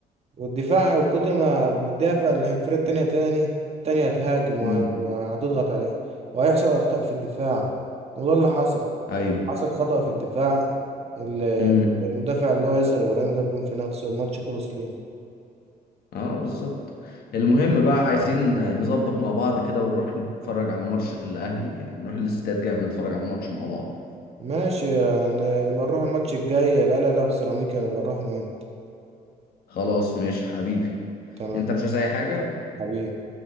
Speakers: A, on the right; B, on the left.
A: والدفاع وكتر ما بيدافع الفرقه التانيه تاني تانية هتهاجم وه-
B: امم
A: وهتضغط عليك وهيحصل اخطاء في الدفاع وده اللي حصل
B: ايوه
A: حصل خطأ في الدفاع ال-
B: امم
A: المدافع اللي هو ياسر ابراهيم جاب جون في نفسه الماتش خلص ليه
B: اه بالظبط المهم بقى عايزين نظبط مع بعض كده ونروح نتفرج على ماتش الاهلي نروح الاستاد كده نتفرج على ماتش مع بعض
A: ماشي يعني نبقى نروح الماتش الجاي لا لا لا بسيراميكا نبقى نروح انا وانت
B: خلاص ماشي حبيبي
A: تمام
B: انت مش عايز اي حاجة
A: حبيبي